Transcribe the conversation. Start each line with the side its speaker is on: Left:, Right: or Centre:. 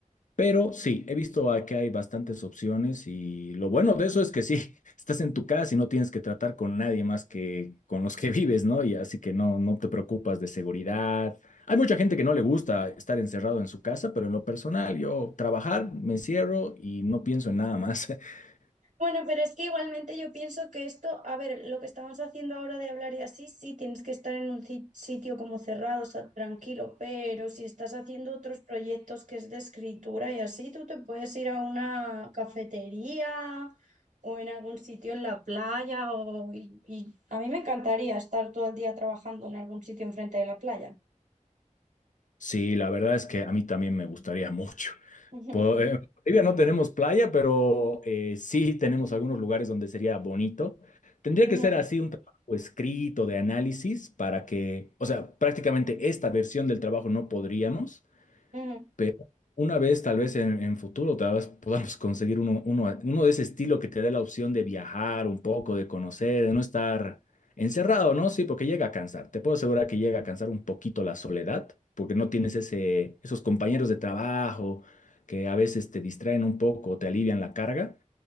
Left: pero sí, he visto a que hay bastantes opciones y lo bueno de eso es que sí, <laughs> estás en tu casa y no tienes que tratar con nadie más que con los que <laughs> vives, ¿no? Y así que no, no te preocupas de seguridad. Hay mucha gente que no le gusta estar encerrado en su casa, pero en lo personal, yo trabajar, me encierro y no pienso en nada más. <laughs>
Right: Bueno, pero es que igualmente yo pienso que esto, a ver, lo que estamos haciendo ahora de hablar y así, sí, tienes que estar en un ci- sitio como cerrado, o sea, tranquilo, pero si estás haciendo otros proyectos que es de escritura y así, tú te puedes ir a una cafetería o en algún sitio en la playa o, y, y a mí me encantaría estar todo el día trabajando en algún sitio enfrente de la playa.
Left: Sí, la verdad es que a mí también me gustaría <laughs> mucho.
Right: <laughs>
Left: Po- eh, En Bolivia no tenemos playa, pero eh, sí tenemos algunos lugares donde sería bonito. Tendría
Right: Ujú,
Left: que ser así un trabajo escrito de análisis para que, o sea, prácticamente esta versión del trabajo no podríamos,
Right: ujú,
Left: pero una vez, tal vez en, en futuro, tal vez podamos conseguir uno, uno, a- uno de ese estilo que te dé la opción de viajar un poco, de conocer, de no estar encerrado, ¿no? Sí, porque llega a cansar. Te puedo asegurar que llega a cansar un poquito la soledad, porque no tienes ese, esos compañeros de trabajo que a veces te distraen un poco, te alivian la carga,